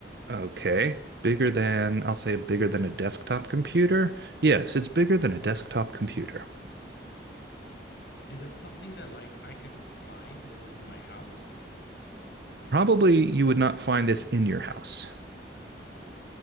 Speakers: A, on the right; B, on the left.
A: Okay. Bigger than, I'll say bigger than a desktop computer. Yes, it's bigger than a desktop computer.
B: Is it something that like I could find in in my house? Is it-
A: Probably you would not find this in your house.